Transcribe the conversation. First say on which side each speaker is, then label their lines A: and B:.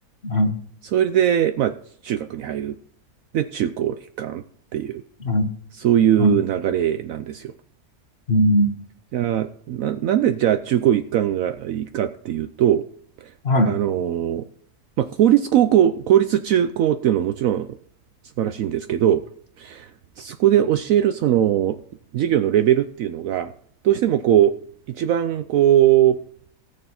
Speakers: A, on the left; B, on the right.
A: はい。
B: それで、まあ中学に入る。で、中高一貫っていう、
A: はい。
B: そういう流れなんですよ。
A: はい。うん。
B: じゃあ、な、なんでじゃあ中高一貫がいいかっていうと、
A: はい。
B: あのーまあ公立高校、公立中高っていうのももちろん素晴らしいんですけど、そこで教えるその授業のレベルっていうのが、どうしてもこう、一番こう、